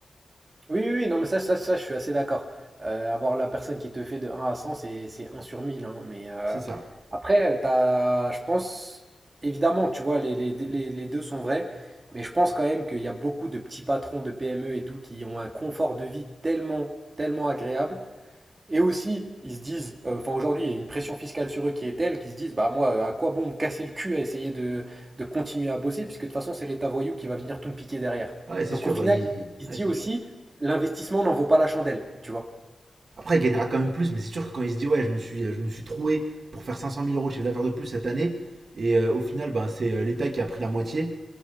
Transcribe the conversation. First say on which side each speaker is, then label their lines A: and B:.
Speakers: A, on the right; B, on the right.
A: Oui, oui, oui, non, mais ça, ça, ça, je suis assez d'accord. Euh, avoir la personne qui te fait de un à 100 c'est, c'est un sur 1000 hein, mais euh,
B: C'est ça.
A: après, t'as, je pense, évidemment, tu vois, les, les- les- les deux sont vrais. Mais je pense quand même qu'il y a beaucoup de petits patrons de PME et tout qui ont un confort de vie tellement, tellement agréable et aussi, ils se disent, euh, enfin aujourd'hui, il y a une pression fiscale sur eux qui est telle qu'ils se disent, bah moi, à quoi bon me casser le cul à essayer de, de continuer à bosser, puisque de toute façon, c'est l'État voyou qui va venir tout me piquer derrière.
B: Ouais, c'est
A: Donc
B: sûr,
A: au final,
B: ils-
A: il
B: ouais,
A: se dit
B: c'est
A: aussi,
B: sûr.
A: l'investissement n'en vaut pas la chandelle, tu vois.
B: Après, il gagnera quand même plus, mais c'est sûr que quand il se dit ouais, je me suis, je me suis troué pour faire 500 000 euros de chiffre d'affaires de plus cette année, et euh, au final, ben, c'est euh, l'État qui a pris la moitié,